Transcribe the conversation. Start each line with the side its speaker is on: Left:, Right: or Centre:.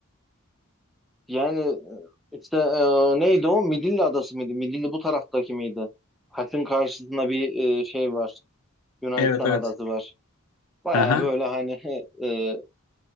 Centre: Yani e, işte e, neydi o? Midilli Adası mıydı? Midilli bu taraftaki miydi? Kaş'ın karşısında bir e, şey var. Yunanistan
Left: Evet evet.
Centre: adası var. Baya
Left: Aha.
Centre: böyle hani e,